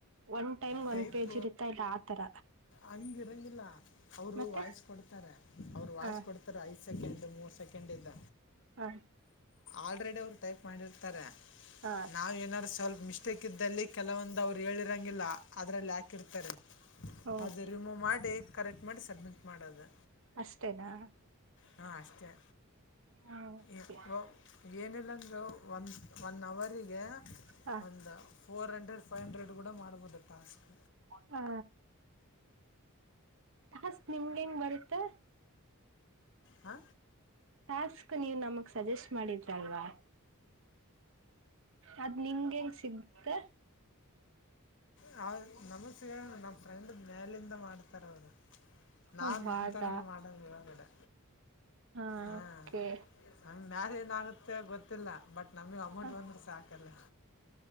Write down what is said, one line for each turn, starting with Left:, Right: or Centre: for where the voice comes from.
Right: ಒನ್ ಟೈಮ್
Left: ಟೈಪ್
Right: ಒಂದ್ ಪೇಜ್ ಇರುತ್ತಾ ಇಲ್ಲ ಆತರ
Left: ಹಂಗಿರಂಗಿಲ್ಲ ಅವರು
Right: ಮತ್ತೆ
Left: ವಾಯ್ಸ್ ಕೊಡ್ತಾರೆ ಅವ್ರು ವಾಯ್ಸ್
Right: ಹ
Left: ಕೊಡ್ತಾರೆ ಐದು ಸೆಕೆಂಡ್ ಮೂರ್ ಸೆಕೆಂಡ್ ಇದ್ದ
Right: ಹಾ
Left: ಆಲ್ರೆಡಿ ಅವ್ರು ಟೈಪ್ ಮಾಡಿರ್ತಾರ
Right: ಹಾ
Left: ನಾವ್ ಏನಾದಾರ ಸ್ವಲ್ಪ ಮಿಸ್ಟೇಕ್ ಇದ್ದಲ್ಲಿ ಕೆಲವೊಂದು ಅವ್ರು ಹೇಳಿ ಇಂಗಿಲ್ಲ ಅದರಲ್ಲಿ ಹಾಕಿರ್ತಾರೆ
Right: ಓ
Left: ಅದೇ ರಿಮೂವ್ ಮಾಡಿ ಕರೆಕ್ಟ್ ಮಾಡಿ ಸಡ್ಮಿಂಟ್ ಮಾಡೋದು
Right: ಅಷ್ಟೇನಾ
Left: ಹಾ ಅಷ್ಟೇ
Right: ಹಾ
Left: ಏ-
Right: ಕೆ
Left: ಒ- ಏನಿಲ್ಲ ಅಂದರೂ ಒನ್ ಒನ್ ಅವರಿಗೆ
Right: ಹ
Left: ಒಂದ ಫೋರ್ ಹಂಡ್ರೆ ಫೈವ ಹಂಡ್ರೆಡ್ ಕಡ ಮಾಡಬೋದು ಟಾಸ್ಕ್
Right: ಹಾ ಹಸ್ತ್ ನಿಮ್ಗೆ ಹೆಂಗ್ ಬರುತ್ತೆ
Left: ಹಾ
Right: ಟಾಸ್ಕ್ ನೀವು ನಮಗ್ ಸಜೆಸ್ಟ್ ಮಾಡಿದ್ರಲ್ವಾ ಅದ್ ನಿಮ್ಗೆೇಂಗ ಸಿಗ್ತೆ
Left: ಹ ನಮಸ್ ನಮ್ ಫ್ರೆಂಡ ಮೇಲಿಂದ ಮಾಡ್ತಾರ ಅವರು ನಾನ್
Right: ಓ ಹಾಗ
Left: ನಿಮ ತರನ ಮಾಡದು ಇವಾಗಡೆ
Right: ಹಾ
Left: ಹ್ಮ
Right: ಓಕೆ
Left: ಮ್ಯಾರ ಏನಾಗುತ್ತೆ ಗೊತ್ತಿಲ್ಲ ಬಟ್ ನಮಗೆಗ್ ಅಮೌಂಟ್
Right: ಹ
Left: ಬಂದ್ಬಿಟ್ಟ ಸಾಕಲ್ಲ